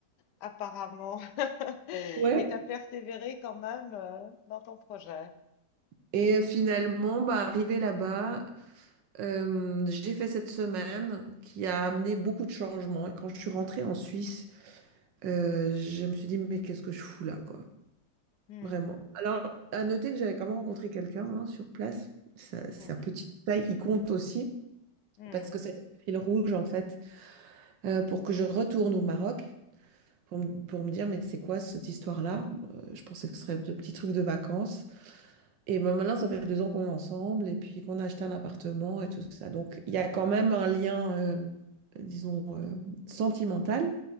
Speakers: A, on the left; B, on the right.
A: apparemment. <laughs> Et
B: Ouais.
A: tu as persévéré quand même euh, dans ton projet.
B: Et finalement, bah, arrivée là-bas, euh, j'ai fait cette semaine qui a amené beaucoup de changements. Et quand je suis rentrée en Suisse, euh, je me suis dit, mais qu'est-ce que je fous là, quoi?
A: Hmm,
B: Vraiment. Alors, à noter que j'avais quand même rencontré quelqu'un hein, sur place. Ça-
A: hmm,
B: C'est un petit détail qui compte aussi,
A: hmm,
B: parce que c'était le fil rouge, en fait, euh, pour que je retourne au Maroc. pour, m- pour me dire, mais c'est quoi cette histoire-là? Euh, je pensais que ce serait un petit truc de vacances. Et ben maintenant, ça fait deux ans qu'on est ensemble et puis qu'on a acheté un appartement et tout ça. Donc, il y a quand même un lien, euh, disons, euh, sentimental.